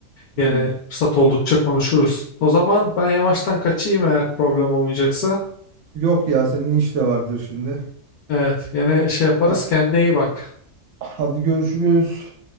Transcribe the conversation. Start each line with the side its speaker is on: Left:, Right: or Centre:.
Right: Hmm.
Left: Yani fırsat oldukça konuşuruz. O zaman ben yavaştan kaçayım eğer problem olmayacaksa.
Right: Yok ya senin iş de vardır şimdi.
Left: Evet, yine şey yaparız.
Right: Ben-
Left: Kendine iyi bak.
Right: Hadi görüşürüz.